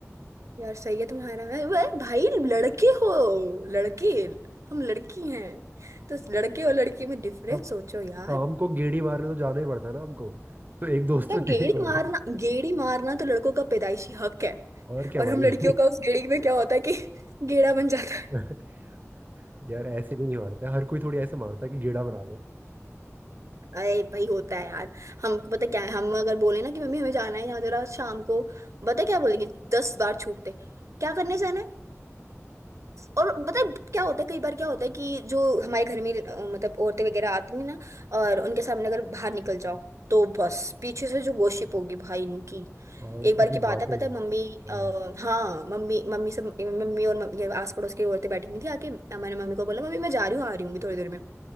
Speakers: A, on the right (about 70°); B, on the right (about 40°).
A: यार सही है तुम्हारा अरे वाह, भाई लड़के हो लड़के हम लड़की हैं तो उस लड़के और लड़की में डिफरेंस
B: अब
A: सोचो यार
B: शाम को गेड़ी मारने तो जाना ही पड़ता है ना हमको तो एक दोस्त
A: बेटा
B: तो चाहिए
A: गेड़ी
B: होता
A: मारना
B: है
A: गेड़ी मारना तो लड़कों का पैदाइशी हक है
B: और क्या
A: और
B: भाई
A: हम लड़कियों का उस गेड़ी में क्या होता है कि <laughs> गेड़ा बन जाता है
B: <laughs> यार ऐसे भी नहीं मारते हर कोई थोड़ी ऐसे मारता है कि गेड़ा बना दे
A: अरे भाई होता है यार हमको पता क्या है हम अगर बोले ना कि मम्मी हमें जाना है यहाँ जरा शाम को पता क्या बोलेंगे दस बार छूटते क्या करने जाना है और पता है क्या होता है कई बार क्या होता है कि जो हमारे घर में अ, मतलब औरतें वगैरह आती हैं ना और उनके सामने अगर बाहर निकल जाओ तो बस पीछे से जो गॉसिप होगी भाई इनकी
B: और
A: एक बार
B: थोड़ी
A: की बात
B: बातें
A: है पता है मम्मी
B: हाँ
A: आ, हाँ मम्मी मम्मी सब मम्मी और मम्मी, ये आस पड़ोस की औरतें बैठी हुई थी आके अ, मैंने मम्मी को बोला मम्मी मैं जा रही हूँ आ रही हूँ अभी थोड़ी देर में